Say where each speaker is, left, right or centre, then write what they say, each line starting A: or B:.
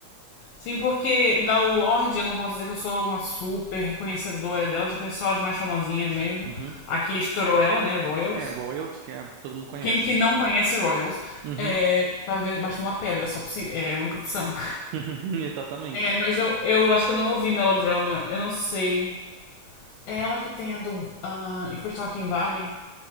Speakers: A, on the left (about 80°); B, on the right (about 80°).
A: sim, porque da Lorde eu não posso dizer que eu sou uma super conhecedora delas, eu conheço só as mais famosinhas mesmo.
B: Uhum.
A: Aqui estourou ela, né? Royals.
B: É, Royals, que é, todo mundo conhece.
A: Quem que não conhece Royals?
B: Uhum.
A: É, tá vendo debaixo de uma pedra, só possi- é a única opção.
B: <laughs> Exatamente.
A: É, mas eu, eu acho que eu não ouvi Melodrama, eu não sei. É ela que tem a do ah, If We're Talking Body?